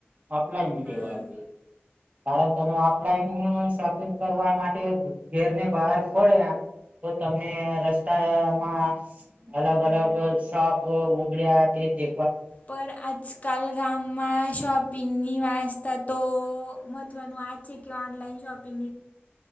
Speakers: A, on the right; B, on the left.
A: ઓપલાઈન
B: હા
A: લેવા આવજો કારણ તમે ઓફલાઈન શોપિંગ કરવા માટે ઘેરને બહાર પડે તો તમને રસ્તામાં અલગ અલગ શોપ ઉગડ્યા તે દે
B: પર આજકાલ ગામમાં શો પીની વાસ્તા તો મહત્વનું આ જ છે કે ઓનલાઈન શોપિંગની